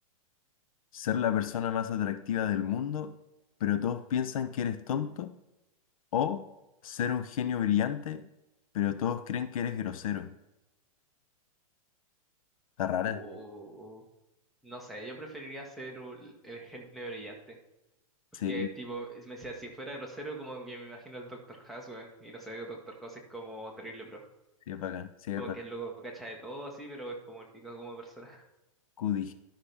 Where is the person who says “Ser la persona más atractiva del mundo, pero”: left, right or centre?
Left